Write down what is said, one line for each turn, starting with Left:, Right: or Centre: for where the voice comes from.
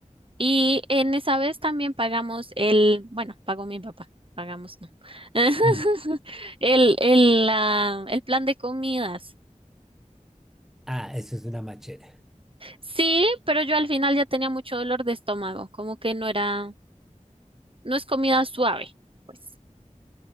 Right: Y en esa vez también pagamos el, bueno, pagó mi papá, pagamos no. <laughs>
Centre: Mm.
Right: El, el, la- el plan de comidas.
Centre: Ah, eso es una machera.
Right: Sí, pero yo al final ya tenía mucho dolor de estómago, como que no era no es comida suave, pues.